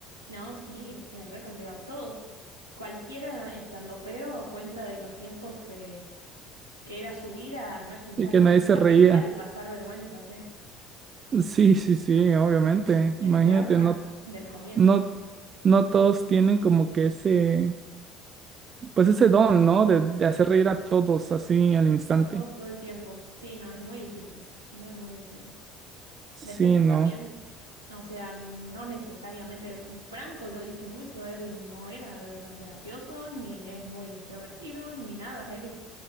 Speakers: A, on the right (about 85°); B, on the right (about 35°).
A: No, sí, es re complicado. Todos, cualquiera estandopero cuenta de los tiempos que, que era subir a no escuchar
B: y que
A: una
B: nadie
A: sola
B: se reía.
A: risa y pasar vergüenzas, ¿eh?
B: Sí, sí, sí, obviamente.
A: El
B: Imagínate,
A: trauma
B: no,
A: del comienzo.
B: no, no todos tienen como que ese, pues ese don, ¿no? De, de hacer reír a todos así al instante.
A: A todos todo el tiempo. Sí, no, es muy difícil, muy, muy difícil.
B: Sí,
A: Depende
B: no.
A: también, o sea, no necesariamente, Franco lo dice mucho, él no era de los graciosos, ni es muy extrovertido, ni nada, él